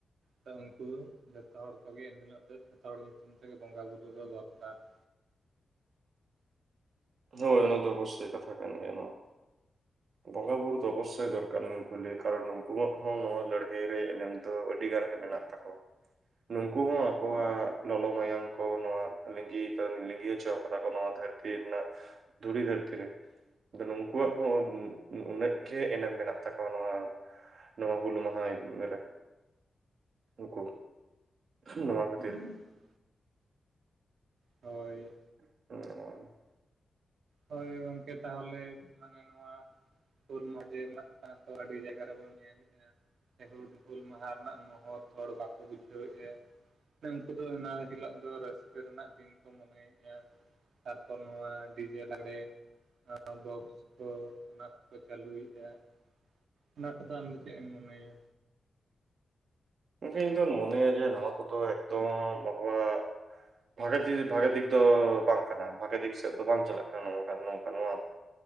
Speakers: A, on the right; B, on the right.
A: ᱛᱚ ᱩᱱᱠᱩ ᱫᱚ ᱡᱷᱚᱛᱚ ᱦᱚᱲ ᱠᱚᱜᱮ ᱮᱱᱦᱤᱞᱳᱜ ᱫᱚ ᱡᱷᱚᱛᱚ ᱦᱚᱲ ᱧᱩᱛᱩᱢ ᱛᱮᱜᱮ ᱵᱚᱸᱜᱟ ᱵᱩᱨᱩ ᱫᱚ ᱫᱚᱨᱠᱟᱨ ᱾
B: ᱦᱳᱭ ᱚᱱᱟ ᱫᱚ ᱚᱵᱚᱥᱥᱳᱭ ᱠᱟᱛᱷᱟ ᱠᱟᱱ ᱜᱮᱭᱟ ᱱᱚᱣᱟ᱾ ᱵᱚᱸᱜᱟ ᱵᱳᱨ ᱫᱚ ᱚᱵᱚᱥᱥᱳᱭ ᱫᱚᱨᱠᱟᱨ ᱱᱩᱝᱠᱩ ᱞᱤᱭᱟᱹ ᱠᱟᱨᱚᱱ ᱱᱩᱝᱠᱩᱣᱟᱜ ᱦᱚᱸ ᱱᱚᱣᱟ ᱞᱟᱹᱲᱦᱟᱹᱭ ᱨᱮ ᱮᱱᱮᱢ ᱫᱚ ᱟᱹᱰᱤ ᱜᱟᱱ ᱜᱮ ᱢᱮᱱᱟᱜ ᱛᱟᱠᱚ ᱱᱩᱝᱠᱩ ᱦᱚᱸ ᱟᱠᱚᱣᱟᱜ ᱞᱚᱞᱚ ᱢᱟᱭᱟᱝ ᱠᱚ ᱱᱚᱣᱟ ᱞᱤᱜᱤ ᱠᱟᱱ ᱞᱤᱸᱜᱤ ᱦᱚᱪᱚ ᱟᱠᱟᱫᱟ ᱠᱚ ᱱᱚᱣᱟ ᱫᱷᱟᱹᱨ ᱛᱤ ᱨᱮᱱᱟᱜ ᱫᱷᱩᱲᱤ ᱫᱷᱟᱹᱨᱛᱤ ᱨᱮ, ᱟᱫᱚ ᱱᱩᱝᱠᱩᱣᱟᱜ ᱦᱚᱸ ᱩᱱᱟᱹᱜ ᱜᱮ ᱮᱱᱮᱢ ᱢᱮᱱᱟᱜ ᱛᱟᱠᱚᱣᱟ ᱱᱚᱣᱟ ᱱᱚᱣᱟ ᱦᱩᱞ ᱢᱟᱦᱟᱭ ᱨᱮ ᱩᱱᱠᱩ ᱱᱚᱣᱟ ᱠᱷᱟᱹᱛᱤᱨ
A: <unintelligible> ᱦᱳᱭ
B: <unintelligible>
A: ᱦᱳᱭ ᱜᱚᱝᱠᱮ ᱛᱟᱦᱚᱞᱮ ᱢᱟᱱᱮ ᱱᱚᱣᱟ ᱦᱩᱞ ᱢᱟᱦᱟ ᱡᱮ ᱢᱟᱱᱟᱜ ᱠᱚᱱᱟ ᱛᱚ ᱟᱹᱰᱤ ᱵᱷᱮᱜᱟᱨ ᱵᱤᱱ ᱧᱮᱞᱮᱼᱟ ᱦᱮᱸ ᱦᱩᱞ ᱦᱩᱞ ᱢᱟᱦᱟ ᱨᱮᱱᱟᱜ ᱢᱚᱦᱚᱛ ᱦᱚᱲ ᱵᱟᱠᱚ ᱵᱩᱡᱷᱟᱹᱣ ᱮᱫᱼᱟ ᱢᱟᱱᱮ ᱩᱱᱠᱩ ᱫᱚ ᱚᱱᱟ ᱦᱤᱞᱚᱜ ᱫᱚ ᱨᱟᱹᱥᱠᱟᱹ ᱨᱮᱱᱟᱜ ᱫᱤᱱ ᱠᱚ ᱢᱚᱱᱮᱭᱮᱫᱼᱟ ᱛᱟᱨᱯᱚᱨ ᱱᱚᱣᱟ ᱰᱤᱡᱮ ᱞᱟᱜᱽᱲᱮ ᱱᱚᱣᱟ ᱵᱚᱠᱥ ᱠᱚ ᱚᱱᱟ ᱠᱚ ᱠᱚ ᱪᱟᱹᱞᱩᱭᱮᱼᱟ ᱚᱱᱟ ᱠᱚᱫᱚ ᱟᱢᱫᱚ ᱪᱮᱫ ᱮᱢ ᱢᱚᱱᱮᱭᱟ
B: ᱤᱧ ᱫᱚᱧ ᱢᱚᱱᱮᱭᱟ ᱡᱮ ᱱᱚᱣᱟ ᱠᱚᱫᱚ ᱮᱠᱫᱚᱢ ᱟᱵᱚᱣᱟᱜ <unintelligible> ᱵᱷᱟᱜᱮ ᱫᱤᱠ ᱵᱷᱟᱜᱮ ᱫᱤᱠ ᱫᱚ ᱵᱟᱝ ᱠᱟᱱᱟ ᱵᱷᱟᱜᱮ ᱫᱤᱠ ᱥᱮᱫ ᱫᱚ ᱵᱟᱝ ᱪᱟᱞᱟᱜ ᱠᱟᱱᱟ ᱱᱚᱝᱠᱟ ᱱᱚᱝᱠᱟ ᱱᱚᱣᱟ ᱫᱚ